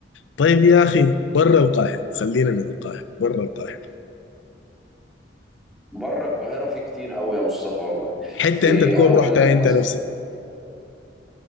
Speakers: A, on the left; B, in the centre.
A: طيب يا اخي برا القاهرة خلينا من القاهرة برا القاهرة
B: بره القاهره في كتير قوي يا مصطفى والله
A: حته
B: في
A: انت تكون
B: هقول
A: رحتها
B: لك
A: انت
B: مثلا
A: نفسك